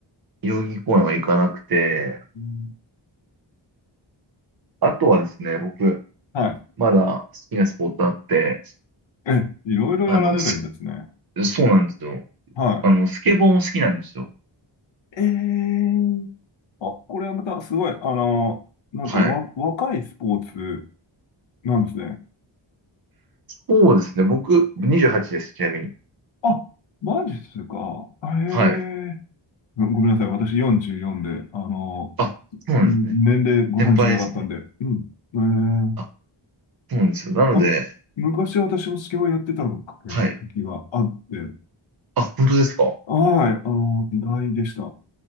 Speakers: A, on the right; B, on the left.
A: 代々木公園は行かなくて、
B: うん
A: あとはですね、僕、
B: はい。
A: まだ好きなスポーツあって、
B: え、いろいろやられるんですね。
A: あの、すそうなんですよ。
B: は
A: あの、スケボーも好きなんですよ。
B: い。ええあ、これはまたすごい、あの、なんかわ、
A: はい。
B: 若いスポーツなんですね。
A: そうですね。僕、28です、ちなみに。
B: あ、マジっすか。へ
A: はい。
B: え。ごごめんなさい。私44で、あの、
A: あ、そうなんですね。
B: ん年齢ご存知なかったんで。
A: 先輩ですね。
B: うん。へえー。
A: あ、そうなんですよ。なので、
B: あの昔私もスケボーやってたのかね、
A: はい。
B: 時があって。
A: あ、本当ですか
B: はい。あの、意外でした。